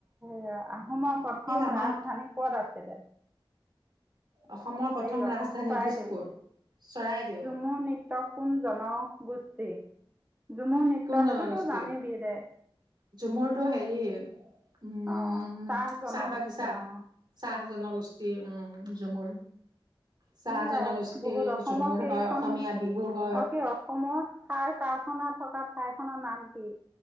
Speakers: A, on the right; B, on the right.
A: হেয়া আহোমৰ প্ৰথম
B: আমাৰ
A: ৰাজধানী কত আছিলে?
B: অসমৰ প্ৰথম
A: হেয়ত
B: ৰাজধানী
A: চৰাইদেউত।
B: দিছপুৰ চৰাইদেউ
A: ঝুমু নৃত্য কোন জনগোষ্ঠী? ঝুমুৰ নৃত্য
B: কোন জনগোষ্ঠী
A: সেইটোতো জানিবি দে
B: ঝুমৰটো হেৰি উম
A: অ চাহ জনগোষ্ঠী
B: বাগিচা
A: অ
B: চাহ জনগোষ্ঠীৰ উম জুমুৰ চাহ
A: সেয়াই
B: জনগোষ্ঠীৰ
A: বহুত অসমৰ
B: ঝুমুৰ
A: কেইখন
B: হয় অসমীয়া বিহু হয়।
A: অ কি অসমৰ সাৰ কাৰখানা থকা ঠাই খনৰ নাম কি?